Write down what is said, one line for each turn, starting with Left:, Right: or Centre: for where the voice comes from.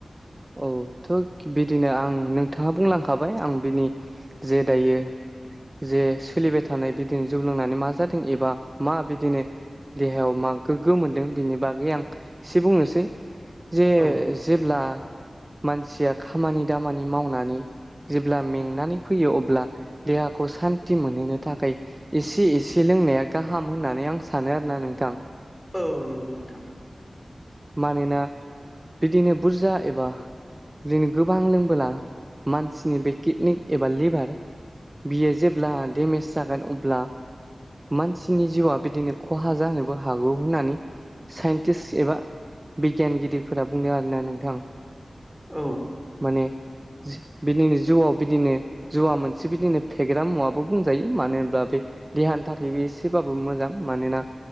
Right: औ थ' बिदिनो आं नोंथाङा बुंलांखाबाय आं बिनि जे दायो जे सोलिबाय थानाय बिदिनो जौ लोंनानै मा जादों एबा मा बिदिनो देहायाव मा गोग्गो मोनदों बिनि बागै आं एसे बुंनोसै जे
Centre: औ
Right: जेब्ला मानसिया खामानि दामानि मावनानै जेब्ला मेंनानै फैयो अब्ला देहाखौ सान्थि मोनहैनो थाखाय एसे एसे लोंनाया गाहाम होननानै आं सानो आरो ना नोंथां।
Centre: औ नंगौ नोंथां।
Right: मानोना बिदिनो बुरजा एबा दिदिनो गोबां लोंबोला मानसिनि बे किडनि एबा लिभार बियो जेब्ला डेमेज जागोन अब्ला मानसिनि जिउआ बिदिनो खहा जानोबो हागौ होननानै साइन्टिस्ट एबा बिगियानगिरिफोरा बुंदों आरोना नोंथां।
Centre: औ।
Right: माने बिदिनो जिउआव बिदिनो जौवा मोनसे बिदिनो फेग्रा मुवाबो बुंजायो मानो होनब्ला बे देहानि थाखायबो एसेबाबो मोजां मानोना